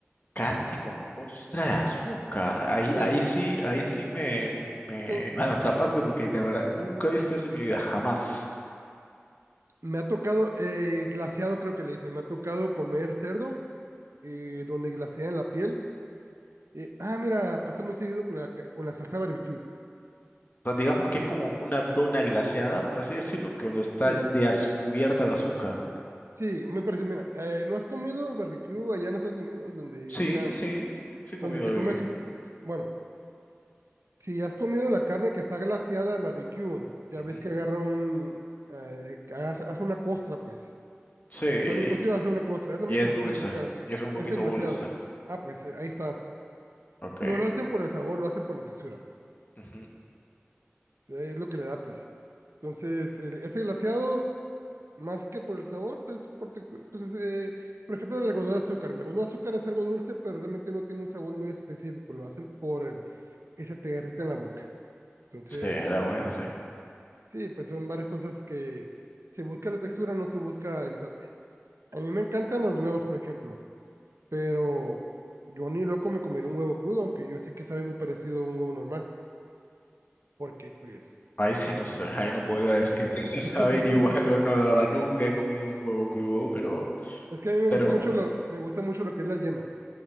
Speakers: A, on the left; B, on the right.
A: Carne con costra de azúcar, ahí,
B: Es-
A: ahí sí, ahí sí me, me,
B: son-
A: me atrapaste porque de verdad nunca he visto eso en mi vida, jamás.
B: me ha tocado, eh, glaseado creo que le dicen, me ha tocado comer cerdo, eh, donde glasean la piel. Eh, ah, mira, pasa muy seguido con la, ca- con la salsa barbecue.
A: O sea, digamos que es como una dona glaseada, por así decirlo, que cuando está
B: Sí,
A: de az- cubierta de azúcar.
B: sí, me parece. Mira, eh, ¿no has comido barbecue allá en Estados Unidos donde
A: Sí,
B: digan,
A: sí, sí he comido
B: donde te
A: barbecue.
B: comes un... Bueno, si has comido la carne que está glaseada en barbecue, ya
A: Ujú.
B: ves que agarra un... eh, haz- hace una costra, pues.
A: Sí,
B: Cuando está bien cocido, hace una costra. Es lo
A: y
B: mismo,
A: es dulce,
B: es el glaseado.
A: y es un poquito
B: Es el glaseado.
A: dulce.
B: Ah, pues eh, ahí está.
A: Ok.
B: No lo hacen por el sabor, lo hacen por la textura.
A: ujú.
B: Eh, Es lo que le da, pues. Entonces, el- ese glaseado más que por el sabor, pues por textura. Entonces, eh, por ejemplo, el algodón de azúcar. El algodón de azúcar es algo dulce, pero realmente no tiene un sabor muy específico. Lo hacen por el que se te derrita en la boca. Entonces,
A: Sí, la verdad es así.
B: sí, pues son varias cosas que se busca la textura, no se busca el sabor. A mí me encantan los huevos, por ejemplo, pero yo ni loco me comería un huevo crudo, aunque yo sé que sabe muy parecido a un huevo normal, porque pues,
A: Ahí sí no sé, ahí no
B: sí.
A: podría decir <laughs> si saben
B: <laughs>
A: igual o no, la verdad nunca he comido un huevo crudo, pero,
B: Es que a mí me
A: pero,
B: gusta mucho lo, me gusta mucho lo que es la yema.